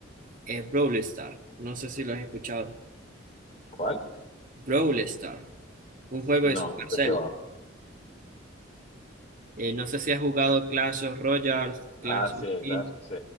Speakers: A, on the right (about 45°); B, on the left (about 35°).
A: es Brawl Stars. No sé si lo has escuchado.
B: ¿Cuál?
A: Brawl Stars, un juego
B: No,
A: de Supercell.
B: ¿de qué va?
A: Eh, no sé si has jugado Clash of Royale, Clash
B: Ah, sí,
A: of
B: el
A: Kings.
B: Clash, sí.